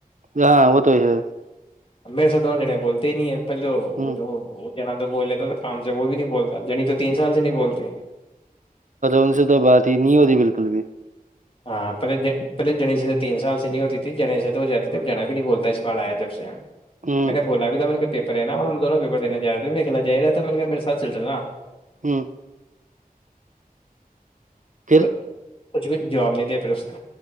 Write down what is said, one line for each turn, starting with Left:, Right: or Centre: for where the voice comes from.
Right: ہاں وہ تو ہوئی س
Left: میرے سےات دوونوں جنے بولتے ہی نہیں ہیں پہلو
Right: ہ
Left: وہ جو ب جنا تو بول لیتا تو کام سے وہ بھی نہیں بولتا جنی تو تین سال سے نہیں بولتے
Right: ان سے تو بات ہی نہیں ہوتی بالکل بھی
Left: ہاں پہلے پہل جڑی سے تو تین سال سے نہیں ہوتی تھی جنی سے تو ہو جاتی تب جنا بھی نہیں بولتا ہے اس بار آیا جب سے
Right: ہ
Left: میں نے بولا بھی تھا میں نے پیپر ہے ن مطب دونوں پیپر دنے جا رہ ہیں میں کلا جا رہا تھا میںط نے کہ میرے سات چل رہا
Right: ہوں <unintelligible> پھر
Left: کت <unintelligible> کچھ بھی جاب نہیں دے پشن